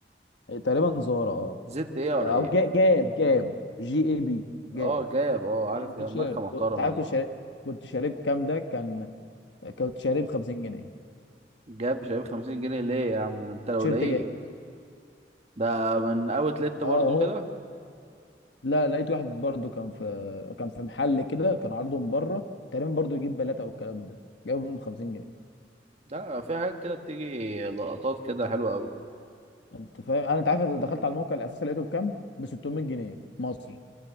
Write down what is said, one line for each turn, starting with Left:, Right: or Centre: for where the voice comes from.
Left: تقريبا زارا اه
Right: زد اي ار اي
Left: او جا- جاب جاب جي اي بي جاب
Right: اه جاب اه عارف
Left: كان
Right: جاب
Left: تيشيرت
Right: ماركة محترمة
Left: انت عارف
Right: دي
Left: كنت شاري كنت شاريه بكام ده كان كنت شاريه ب 50 جنيه
Right: جاب شايب 50 جنيه ليه يا عم ده انت لو
Left: تيشيرت
Right: لاقيه
Left: جاب
Right: ده من اوت لت
Left: اه
Right: برضو
Left: هو
Right: كده
Left: لا لقيت واحد برضو كان في كان في محل كده كان عارضه من بره تقريبا برضو يجيب بلاته والكلام ده جابه منه 50 جنيه
Right: ده في حاجات كده بتيجي لقطات كده حلوة قوي
Left: انت فاهم انا انت عارف دخلت على الموقع الاساسي لقيته بكام ب 600 جنيه مصري